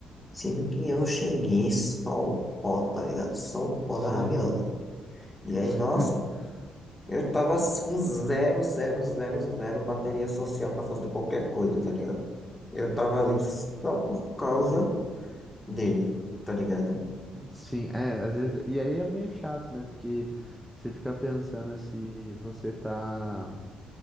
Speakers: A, on the left; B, in the centre.
A: Sendo que eu cheguei só o pó, tá ligado? Só o pó
B: Sei.
A: da rabiola. E aí,
B: <laughs>
A: nossa, eu tava com zero, zero, zero, zero bateria social pra fazer qualquer coisa, tá ligado? Eu tava ali só por causa dele, tá ligado?
B: Sim, é, às vezes. E aí é meio chato, né? Porque você fica pensando se você tá